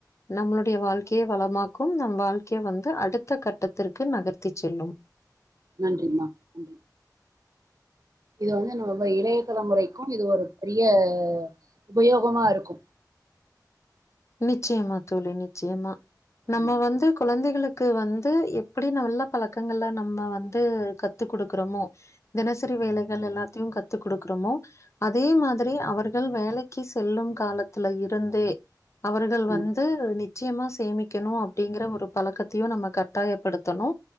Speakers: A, on the left; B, on the right.
A: நம்மளுடைய வாழ்க்ய வளமாக்கு நம் வாழ்க்ய வந் து அடுத்த கட்டத்திற்கு நகர்த்தி செல்லு
B: நன்றி மா நன்றி இத வந்து நம்ம இளைய தலைமுறைக்கு இது ஒரு றிய உபயோகமா இருக்கு
A: நிச்சயமா தோழி நிச்சயமா நம்ம
B: ம்
A: வந்து கொழந்தைகளுக் கு வந்து எப் ப்புடி நல்ல பழக்கங்கல நம் ம்ம வந்து கத்து குடுக்குறமோ தினசரி வேலைகள் எல்லாத்தையு கத்து குடுக்குறமோ அதே மாதுரி அவருக் முதல் வேலக்கி செல்லும் காலத்துல இருந்தே அவர்கள்
B: ம்
A: வந்து நிச் சியமா சேமிக்கணு அப்டிங்கிற ஒரு பழக்கத்தியு நம்ம கட்டாயப்படுத்தணு